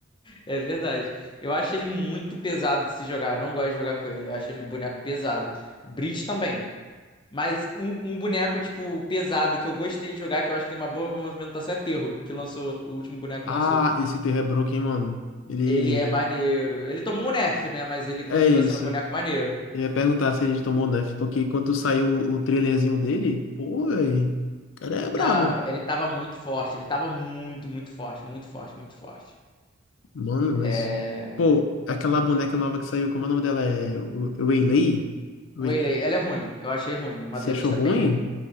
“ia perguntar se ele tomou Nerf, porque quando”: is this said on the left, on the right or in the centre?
Left